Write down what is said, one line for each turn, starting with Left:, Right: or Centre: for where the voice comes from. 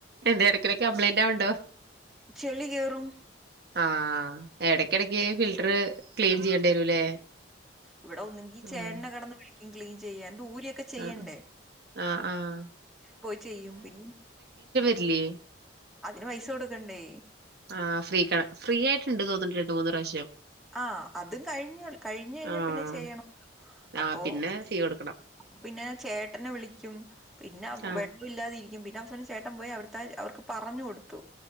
Right: എന്തേ എടക്കിടക്ക് കംപ്ലൈന്റ് ആവ്ണ്ടോ
Centre: ചെളി കേറും.
Right: ആഹ് ഇടക്കിടക്ക് ഫിൽട്ടർ ക്ലീൻ ചെയ്യേണ്ടി വരൂല്ലേ
Centre: ഇവിടെ ഒന്നെങ്കി
Right: ആഹ്.
Centre: ചേട്ടനെ കിടന്ന് വിളി ക്കും ക്ലീൻ ചെയ്യാൻ ഇത് ഊരിയൊക്കെ ചെയ്യണ്ടേ
Right: ആഹ്. ആഹ് ആഹ്.
Centre: പോയി ചെയ്യും പിന്നെ
Right: ഇല്ല്യേ
Centre: അതിന് പൈസ കൊടുക്കണ്ടേ
Right: ആ ഫ്രീ കണ ഫ്രീ ആയിട്ട് ഇണ്ട് തോന്ന്ണ്ട് രണ്ട് മൂന്ന് പ്രാവശ്യം
Centre: ആ അതും കഴിഞ്ഞു കഴിഞ്ഞു കഴിഞ്ഞാ
Right: ആഹ്.
Centre: പിന്നെ ചെയ്യണം അപ്പൊ
Right: ആഹ് പിന്നെ ഫീ കൊടുക്കണം.
Centre: അപ്പപിന്നെ ചേട്ടനെ വിളിക്കും പിന്നെ
Right: ആഹ്
Centre: വെള്ളം ഇല്ലാതിരി ക്കും പിന്നെ അവസനം ചേട്ടൻ പോയി അവിടത്തെ അവർക്ക് പറഞ് കൊടുത്തു